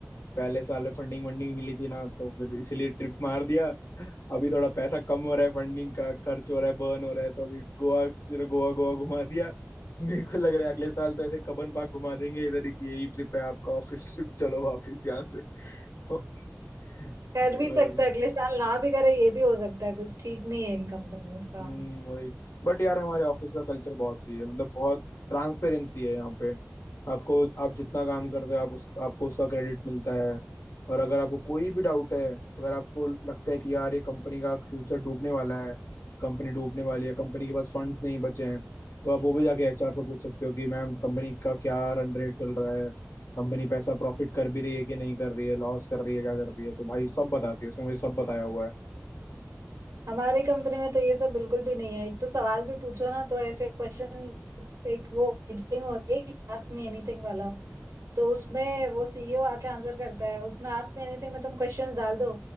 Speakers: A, on the left; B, on the right.
A: पहले साल में फंडिंग वंडिंग मिली थी ना तो फिर इसीलिए ट्रिप मार दिया अभी थोड़ा पैसा कम हो रहा है फंडिंग का खर्च हो रहा है बर्न हो रहा है तो अभी गोवा सिर्फ गोवा गोवा घुमा दिया मेरे को लग रहा है अगले साल तो ऐसे कबन पार्क घुमा देंगे इधर ही कि यही ट्रिप है आपका ऑफिस ट्रिप चलो वापिस यहाँ से <laughs> ऑफिस तो
B: कर भी
A: वैसा
B: सकते हैं, अगले साल ना भी करे ये भी हो सकता है कुछ ठीक नहीं है इन कंपनीज का
A: हम्म वही बट यार हमारे ऑफिस का कल्चर बहुत सही है मतलब बहुत ट्रांसपेरेंसी है यहाँ पे आपको आप जितना काम करते हो आप उस आपको उसका क्रेडिट मिलता है और अगर आपको कोई भी डाउट है अगर आपको लगता है कि यार ये कंपनी का फ्यूचर डूबने वाला है कंपनी डूबने वाली है कंपनी के पास फंड्स नहीं बचे हैं तो आप वो भी जाके एचआर से पूछ सकते हो कि मैम कंपनी का क्या रन रेट चल रहा है कंपनी पैसा प्रॉफिट कर भी रही है कि नहीं कर रही है लॉस कर रही है क्या कर रही है तो भाई सब बताती है उसने मुझे सब बताया हुआ है
B: हमारी कंपनी में तो ये सब बिल्कुल भी नहीं है एक तो सवाल भी पूछो ना तो ऐसे क्वेश्चन एक वो मीटिंग होती है आस्क मी एनीथिंग वाला तो उसमें वो सीईओ आके आंसर करता है उसमें आस्क मी एनीथिंग में तुम क्वेश्चंस डाल दो